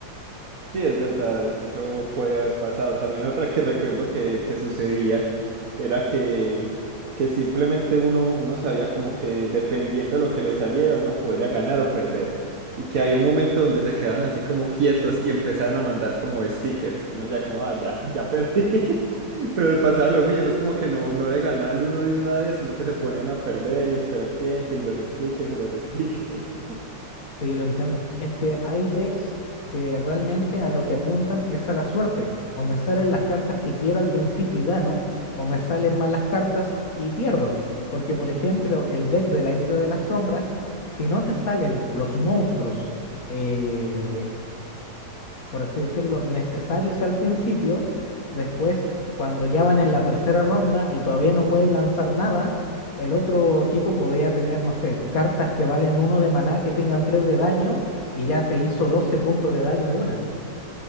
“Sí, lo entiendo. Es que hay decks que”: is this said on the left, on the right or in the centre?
Left